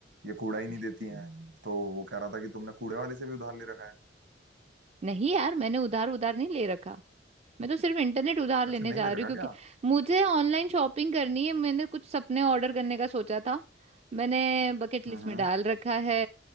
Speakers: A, on the right; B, on the right.
A: ये कूड़ा ही नहीं देती
B: <laughs>
A: हैं तो वो कह रहा था कि तुमने कूड़े वाले से भी उधार ले रखा है
B: नहीं यार मैंने उधार उधार नहीं ले रखा मैं तो सिर्फ इंटरनेट उधार
A: अच्छा
B: लेने
A: नहीं
B: जा
A: ले
B: रही
A: रखा
B: हूँ क्योंकि
A: क्या
B: मुझे ऑनलाइन शॉपिंग करनी है मैंने कुछ सपने ऑर्डर करने का सोचा था मैंने बकेट लिस्ट
A: हम्म हम्म।
B: में डाल रखा है